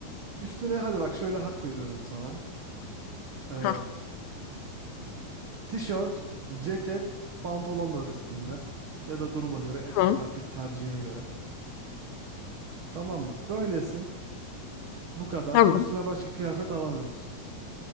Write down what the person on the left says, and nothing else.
Ha,
tamam.
Tamam.